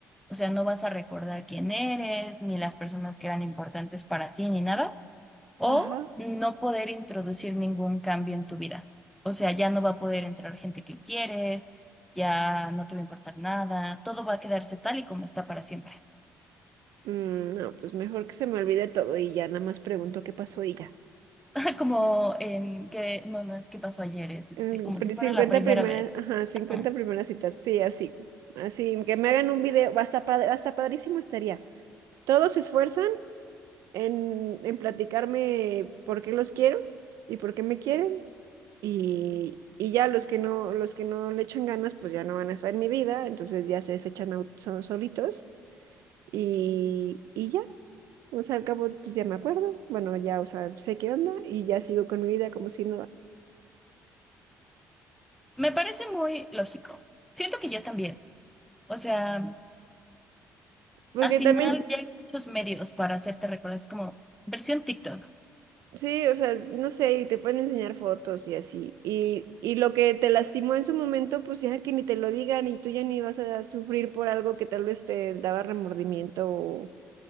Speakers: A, in the centre; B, on the right (about 80°).
A: O sea, no vas a recordar quién eres, ni las personas que eran importantes para ti, ni nada O
B: Ajá.
A: no poder introducir ningún cambio en tu vida. O sea, ya no va a poder entrar gente que quieres, ya no te va a importar nada, todo va a quedarse tal y como está para siempre.
B: Mm, no, pues mejor que se me olvide todo y ya nada más pregunto qué pasó y ya.
A: <laughs> Como en que, no, no es que pasó ayer, es este,
B: El
A: como
B: pri-
A: si fuera
B: cincuenta
A: la primera
B: primeras,
A: vez.
B: ajá, cincuenta
A: Ajá.
B: primeras citas, sí, así, así, que me hagan un video, hasta, pa- hasta padrísimo estaría. Todos se esfuerzan en, en platicarme por qué los quiero y por qué me quieren y, y ya los que no, los que no le echan ganas, pues ya no van a estar en mi vida, entonces ya se desechan au- so- solitos y, y ya, o sea, al cabo, pues ya me acuerdo, bueno, ya, o sea, sé qué onda y ya sigo con mi vida como si nada.
A: Me parece muy lógico. Siento que yo también. O sea,
B: Porque
A: al final
B: también,
A: ya hay muchos medios para hacerte recordar. Es como versión TikTok.
B: Sí, o sea, no sé, y te pueden enseñar fotos y así. Y, y lo que te lastimó en su momento, pues ya que ni te lo digan y tú ya ni vas a sufrir por algo que tal vez te daba remordimiento o,